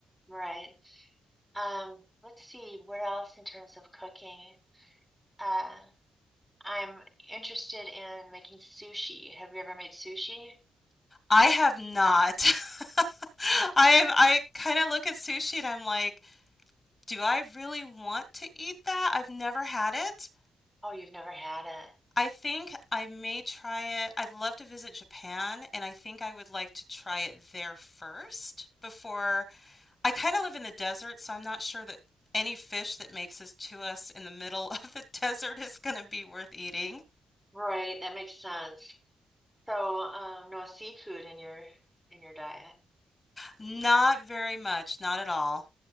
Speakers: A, in the centre; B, on the left.
A: right. Um, let's see what else in terms of cooking. Uh, I'm interested in making sushi. Have you ever made sushi?
B: I have not. <laughs> I have, I kind of look at sushi and I'm like, do I really want to eat that? I've never had it.
A: Oh, you've never had it.
B: I think I may try it. I'd love to visit Japan, and I think I would like to try it there first before I kind of live in the desert, so I'm not sure that any fish that makes it to us in the middle <laughs> of the desert is going to be worth eating.
A: Right, that makes sense. So, um, no seafood in your in your diet.
B: Not very much, not at all.